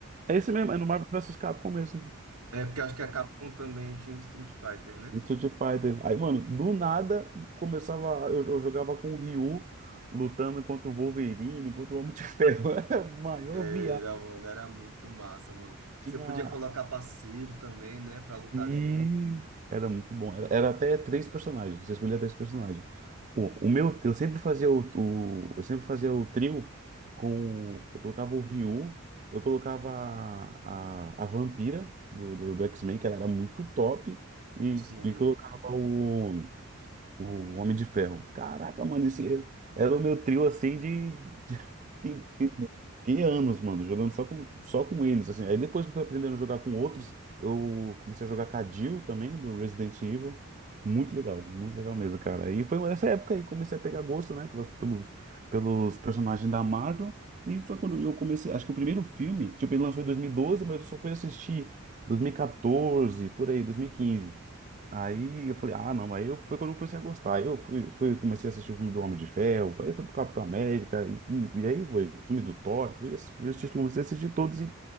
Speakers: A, on the right; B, on the right.
A: é esse mesmo, é no Marvel vs Capcom mesmo.
B: É porque acho que a Capcom também tinha o Street Fighter, né?
A: No Street Fighter. Aí, mano, do nada começava. Eu, eu jogava com o Ryu lutando contra o Wolverine, contra o Homem de Ferro. <laughs> Era a maior
B: Era,
A: viagem.
B: mano, era muito massa, mano.
A: Tinha
B: Você podia colocar parceiro também, né, pra lutar
A: E
B: junto.
A: era muito bom. Era, era até três personagens. Você escolhia três personagens. O, o meu, eu sempre fazia o, o- eu sempre fazia o trio com, eu colocava o Ryu, eu colocava a, a, a vampira do, do, do X-Men, que ela era muito top, e,
B: Sim.
A: e colocava o, o Homem de Ferro. Caraca, mano, esse era o meu trio assim de. de- Que, que, que anos, mano, jogando só com, só com eles, assim. Aí depois que eu fui aprendendo a jogar com outros, eu comecei a jogar com a Jill também, do Resident Evil. Muito legal, muito legal mesmo, cara. E foi nessa época aí que comecei a pegar gosto, né, pelos, pelos, pelos personagens da Marvel. E foi quando eu comecei, acho que o primeiro filme, tipo, ele lançou em dois mil e doze mas eu só fui assistir 2014, por aí, dois mil e quinze Aí eu falei, ah, não, aí eu, foi quando eu comecei a gostar. Aí eu fui, fui, comecei a assistir o filme do Homem de Ferro, aí foi pro Capitão América, e, e, e aí foi filme do Thor, fui, assi- fui assistir, comecei a assistir todos, e